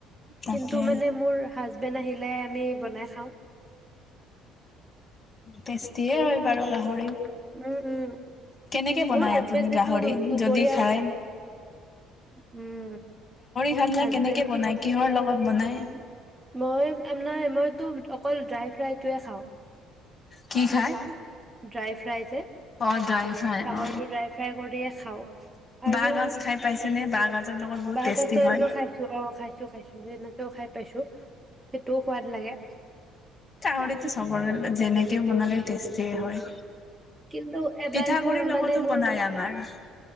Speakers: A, on the left; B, on the right.
A: তাকে
B: কিন্তু মানে মোৰ হাজবেণ্ড আহিলে আমি বনাই খাওঁ।
A: টেষ্টিয়ে হয় বাৰু গাহৰি
B: উম উম
A: কেনেকে বনাই
B: মোৰ হাজবেণ্ডেতো
A: আপুনি গাহৰি
B: দুপৰীয়াও
A: যদি খায়?
B: উম
A: খানা
B: হাজবেণ্ড
A: কেনেকে বনাই কিহৰ লগ ক'ত বনাই?
B: মই আ নাই মই <unintelligible> <unintelligible> <inaudible> অকল ড্ৰাই ফ্ৰাইটোৱে খাওঁ।
A: কি খায়
B: ড্ৰাই ফ্ৰাই যে
A: অ ড্ৰাই ফ্ৰাই
B: গাহৰিটো
A: অ
B: ড্ৰাই ফ্ৰাই কৰি হে খাওঁ। আৰু
A: বাঁহ গাজ খাই পাইছেনে বাঁহ গাজৰ লগত বহুত
B: বাঁহ
A: টেষ্টি
B: গাজৰ
A: হয়
B: খাইছ? অ' খাইছো খাইছো সনেকেও খাই পাইছো সেইটোও সোৱাদ লাগে।
A: গাহৰিতো চবৰে যেনেকেও বনালে টেষ্টিয়ে হয়।
B: কিন্তু এবাৰ
A: পিঠাগুৰিৰ
B: মোৰ
A: লগতো
B: মানে মোৰ
A: বনাই আমাৰ।